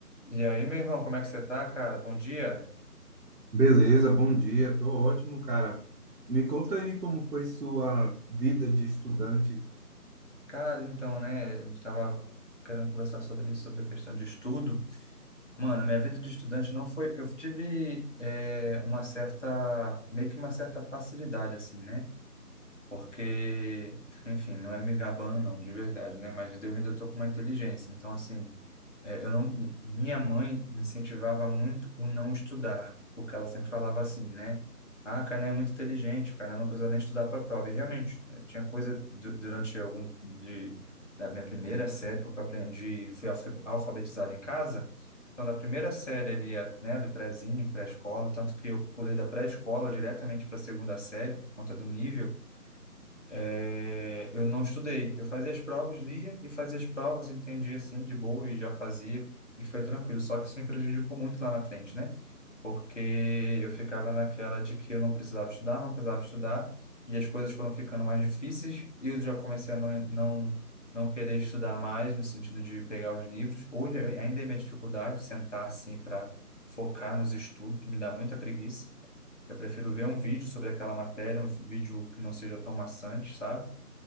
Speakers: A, on the left (about 50°); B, on the right (about 70°).
A: E aí, meu irmão, como é que você tá, cara? Bom dia.
B: Beleza, bom dia, tô ótimo, cara. Me conta aí como foi sua vida de estudante.
A: Cara, então, né, a gente tava querendo conversar sobre isso, sobre a questão de estudo. Mano, minha vida de estudante não foi... Eu tive é, uma certa... meio que uma certa facilidade, assim, né? Porque, enfim, não é me gabando, não, de verdade, né? Mas Deus me dotou com uma inteligência. Então, assim, É, eu não, minha mãe incentivava muito o não estudar, porque ela sempre falava assim, né? Ah, o Kainan é muito inteligente, o Kainan não precisa nem estudar para a prova. E realmente, né, tinha coisa du- durante algum de, da minha primeira série, porque eu aprendi, fui alfa- alfabetizado em casa. Então, da primeira série ali, a- né, do prézinho, pré-escola, tanto que eu pulei da pré-escola diretamente para a segunda série, por conta do nível. É, eu não estudei. Eu fazia as provas, lia e fazia as provas, entendia assim de boa e já fazia e foi tranquilo. Só que isso me prejudicou muito lá na frente, né? Porque eu ficava naquela de que eu não precisava estudar, não precisava estudar e as coisas foram ficando mais difíceis e eu já comecei a não, não, não querer estudar mais no sentido de pegar os livros. Hoje ainda é minha dificuldade sentar assim para focar nos estudos, me dá muita preguiça. Eu prefiro ver um vídeo sobre aquela matéria, um vídeo que não seja tão maçante, sabe?